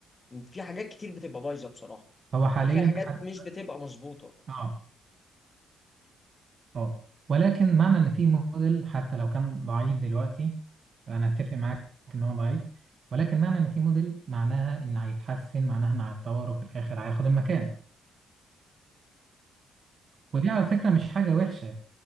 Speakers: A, on the left; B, on the right.
A: في حاجات كتير بتبقى بايظه بصراحه
B: حاليا
A: او في حاجات
B: حتى
A: مش بتبقى مظبوطه
B: اه اه ولكن معنى ان في موديل حتى لو كان ضعيف دلوقتي انا اتفق معاك ان هو ضعيف ولكن معنى ان في موديل معناها ان هيتحسن معناها ان هيتطور وفي الاخر هياخد المكان ودي على فكره مش حاجه وحشه